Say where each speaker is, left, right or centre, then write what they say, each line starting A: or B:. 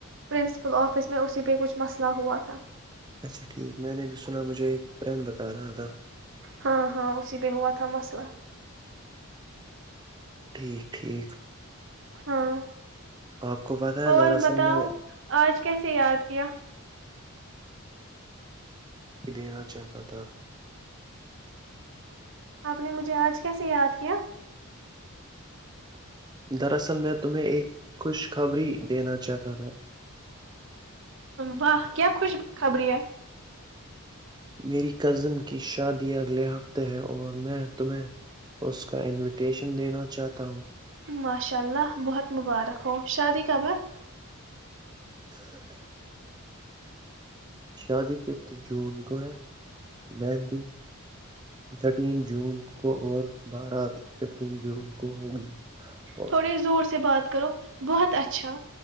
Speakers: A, on the right; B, on the right.
A: پرنسپل آفس میں اسی پہ کچھ مسئلہ ہوا تھا
B: اچھا ٹھیک ہے میں نے بھی سنا مجھے ایک فرینڈ بتا رہا تھا
A: ہاں ہاں اسی پہ ہوا تھا مسئلہ
B: ٹھیک ٹھیک
A: ہاں
B: آپ کو پتہ ہے
A: اور
B: دراصل
A: بتاؤ
B: میں
A: آج کیسے یاد کیا
B: دینا چاہتا تھا
A: آپ نے مجھے آج کیسے یاد کیا
B: دراصل میں تمہیں ایک خوش خبری دینا چاہتا تھا
A: واہ کیا خوش خبری ہے
B: میری کزن کی شادی اگلے ہفتے ہے اور میں تمہیں اس کا انویٹیشن دینا چاہتا ہوں
A: ماشاء اللہ بہت مبارک ہو شادی کب ہے
B: شادی ففتھ جون کو ہے مہندی تھرٹین جون کو اور بارات ففٹین جون کو ہوگی اور
A: تھوڑے زور سے بات کرو بہت اچھا